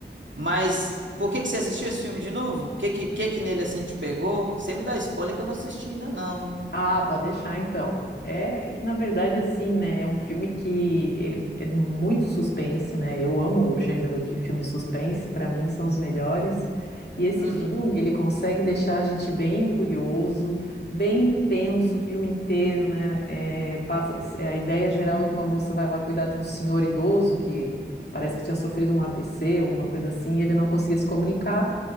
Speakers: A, on the right; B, on the left.
A: Mas por que que você assistiu esse filme de novo? O que, que que que nele assim te pegou? Você me dá spoiler que eu não assisti ainda, não, hein?
B: Ah, pode deixar então. É que na verdade assim, né, é um filme que ele é muito suspense, né? Eu amo o gênero de filme suspense, para mim são os melhores. E esse
A: Uhum,
B: filme, ele consegue deixar a gente bem curioso, bem intenso o filme inteiro, né? É, passa, a ideia geral é que uma moça vai lá cuidar de um senhor idoso que parece que tinha sofrido um AVC, alguma coisa assim, e ele não conseguia se comunicar.